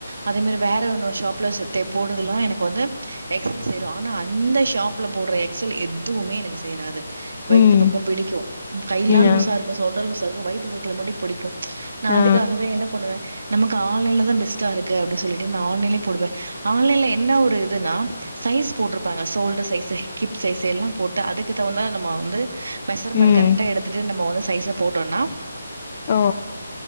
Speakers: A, on the right; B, on the left.
A: அதே மாரி வேற இன்னொர் ஷாப்ல செ தெப் போடுறதுலா எனக்கு வந்து எக்சல் சேரு ஆனா அந்த ஷாப்ல போடுற எக்சல் எதுமே எனக்கு சேராது வயித்து
B: ம்
A: பக்கோம் பிடிக்கு கையில்லா
B: ம்
A: லூசா
B: ஆ
A: இருக்கு சோல்டர்ஸ் அதுவு வயித்து பக்கத்துல மட்டு புடிக்கு நா அதுக்காகவே
B: ஆ
A: என்ன பண்ணுவ நமக்கு ஆன்லைன்லதா பெஸ்ட்டா இருக்கு அப்டி சொல்லிட் டு நா ஆன்லைன்லயே போடுவ ஆன்லைல என்ன ஒரு இதுன்னா சைஸ் போட்ருப்பாங்க ஷோல்டர் சைசு ஹிப் சைசு எல்லா போட்டா அதுக்குத்தகுந்தா நம்ம வந்து மெஷர்மண்ட
B: ம்
A: கரெக்டா எடுத்துட்டு நம்ம ஒனஸ் சைச போட்டோன்னா
B: ஓ